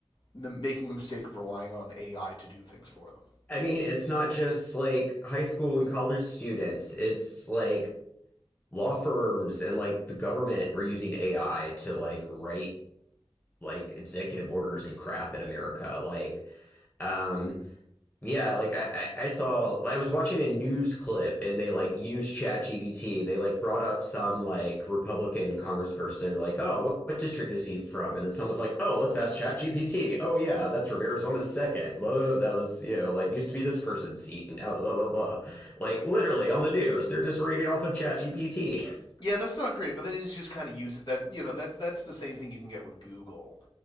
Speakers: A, on the left (about 50°); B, on the left (about 15°).
A: the, making the mistake of relying on AI to do things for them.
B: I mean, it's not just like high school and college students. It's like law firms and like the government are using AI to like write like executive orders and crap in America. Like, um, yeah, like I, I I saw I was watching a news clip and they like used ChatGPT. They like brought up some like Republican congressperson like, "Oh, what, what district is he from?" And then someone was like, "Oh, let's ask ChatGPT." "Oh yeah, that's from Arizona's second. Blah, blah, blah. That was, you know, like used to be this person's seat and now blah blah blah." Like literally on the news, they're just reading off of ChatGPT. <laughs>
A: Yeah, that's not great, but that is just kind of use it. That you know, that's that's the same thing you can get with Google.